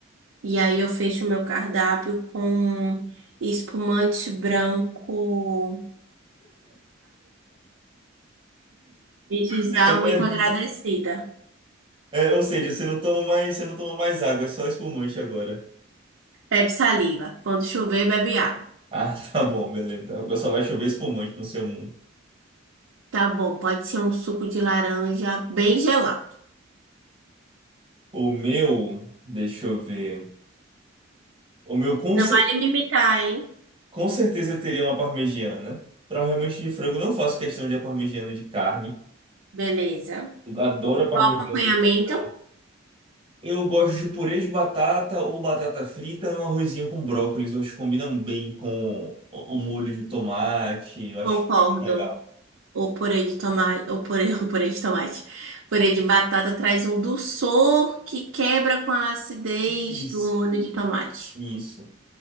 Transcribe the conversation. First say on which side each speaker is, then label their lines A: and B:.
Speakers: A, on the right; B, on the right.
A: E aí eu fecho o meu cardápio com espumante branco. Desde
B: Teve
A: já,
B: até
A: muito
B: vinho.
A: agradecida.
B: É, ou seja, você não toma mais, você não toma mais água, é só espumante agora.
A: Bebe saliva. Quando chover, bebe água.
B: Ah, <laughs> tá bom, beleza. Agora só vai chover espumante no seu mundo.
A: Tá bom, pode ser um suco de laranja bem gelado.
B: O meu, deixa eu ver. O meu com
A: Não vale me imitar, hein?
B: Com certeza teria uma parmegiana. Provavelmente de frango não faço questão de a parmegiana de carne.
A: Beleza.
B: Eu adoro a parmegiana
A: O acompanhamento?
B: de frango. Eu gosto de purê de batata ou batata frita e um arrozinho com brócolis. Eu acho que combina bem com o o molho de tomate. Eu acho
A: Concordo.
B: que fica bem legal.
A: O purê de tomate, O purê, <laughs> o purê de tomate. Purê de batata traz um dulçor que quebra com a acidez
B: Isso,
A: do molho de tomate.
B: isso.